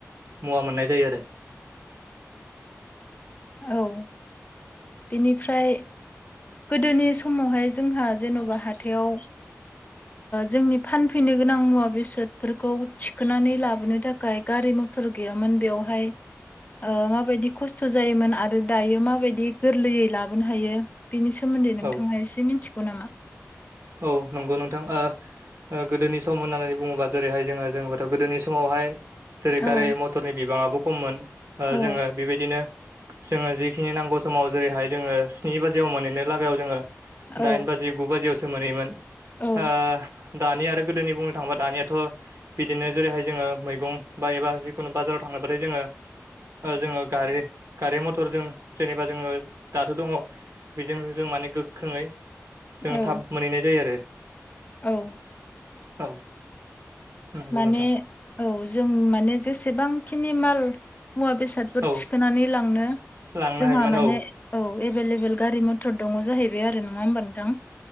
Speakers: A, on the right; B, on the left.
A: मुवा मोननाय जायो आरो
B: औ बेनिफ्राय गोदोनि समावहाय जोंहा जेन'बा हाथायाव जोंनि फानफैनो गोनां मुवा बेसादफोरखौ थिखोनानै लाबोनो थाखाय गारि म थर गैयामोन बेवहाय
A: <inaudible>
B: माबायदि खस्थ' जायोमोन आरो दायो माबायदि गोरलैयै लाबोनो हायो। बेनि सोमोन्दै नोंथाङा
A: औ
B: एसे मिन्थिगौ नामा?
A: औ नंगौ नोंथां ओ गोदोनि सम होननानै बुङोबा जेरैहाय जोङो जोबाथ' गोदोनि समावहाय जेरै
B: औ
A: गारि मथरनि बिबाङाबो खममोन
B: औ
A: जोङो बेबायदिनो जोङो जिखिनि नांगौ समाव जेरैहाय जोङो स्नि बाजियाव मोनहैनो लागायाव जोङो
B: औ
A: दाइन बाजि गु बाजियावसो मोनहैयोमोन।
B: औ
A: ओ दानिया आरो गोदोनि बुंनो थांबा दानियाथ' बिदिनो जेरैहाय जोङो मैगं बा एबा जिखुनु बाजाराव थांबाथाय जोङो जोङो गारि गारि मथरजों जेनेबा जोङो दाथ' दङ बेजोंनो जों माने गोख्रोङै जोो
B: औ
A: थाब मोनहैनाय जायो आरो।
B: औ।
A: औ। नंगौ
B: माने
A: नोंथां
B: औ जों माने जेसेबांखिनि माल मुवा बेसाद बेफोर
A: औ
B: थिखोनानै लांनो
A: लांनो
B: जोंहा
A: हायोमोन
B: माने
A: औ
B: औ एभेलेबेल गारि मथर दङ जाहैबाय आरो नङा होमबा नोंथां